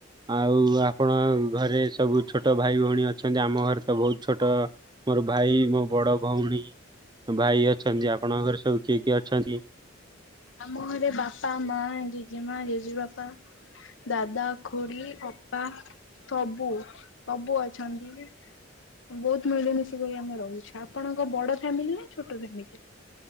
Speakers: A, on the right; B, on the left.
A: ଆଉ ଆପଣ ଘରେ ସବୁ ଛୋଟ ଭାଇ ଭଉଣୀ ଅଛନ୍ତି ଆମ ଘରେ ତ ବହୁତ ଛୋଟ ମୋର ଭାଇ ମୋ ବଡ ଭଉଣୀ ଭାଇ ଅଛନ୍ତି ଆପଣଙ୍କ ଘରେ ସବୁ କିଏ କିଏ ଅଛନ୍ତି?
B: ଆମ ଘଲେ ବାପା ମା ଜେଜେମା ଜେଜେ ବାପା। ଦାଦା ଖୁଡିଅପା ସବୁ ସବୁ ଅଛନ୍ତି। ବହୁତ ମିଳିମିଶିିକ ଆମେ ରହୁଛେ ଆପଣଙ୍କ ବଡ ଫ୍ୟାମିଲି ନା ଛୋଟ ଫ୍ୟାମିଲି।